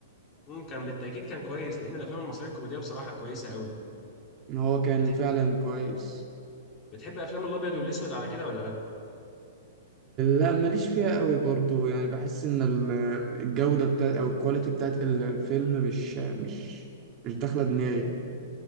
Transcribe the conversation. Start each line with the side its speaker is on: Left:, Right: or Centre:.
Left: امم كان بالتاكيد كان كويس لان الافلام المصريه الكوميديه بصراحه كويسه قوي
Right: ان هو كان
Left: بتح...
Right: فعلا كويس
Left: بتحب افلام الابيض والاسود على كده ولا لا
Right: لا ماليش فيها قوي برضو يعني بحس ان ال- الجودة بتاعت او الكواليتي بتاعت الفيلم مش مش مش داخلة دماغي